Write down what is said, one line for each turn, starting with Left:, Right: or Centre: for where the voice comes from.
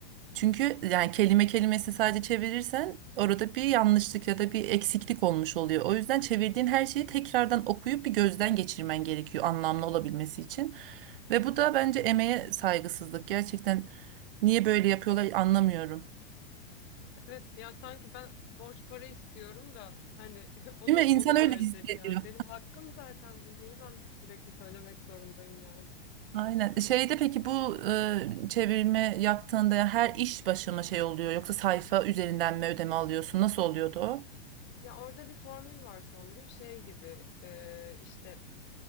Right: Çünkü yani kelime kelimesi sadece çevirirsen orada bir yanlışlık ya da bir eksiklik olmuş oluyor. O yüzden çevirdiğin her şeyi tekrardan okuyup bir gözden geçirmen gerekiyor anlamlı olabilmesi için. Ve bu da bence emeğe saygısızlık. Gerçekten niye böyle yapıyorlar anlamıyorum.
Left: Evet ya sanki ben borç para istiyorum da hani <laughs> onu
Right: Değil mi? İnsan
Left: onu verecek
Right: öyle hissediyor.
Left: yani. Benim hakkım zaten bu. Niye ben sürekli söylemek zorundayım yani?
Right: Aynen. Şeyde peki bu e, çevirme yaptığında her iş başı mı şey oluyor yoksa sayfa üzerinden mi ödeme alıyorsun? Nasıl oluyordu o?
Left: Ya orada bir formül var Songül şey gibi e, işte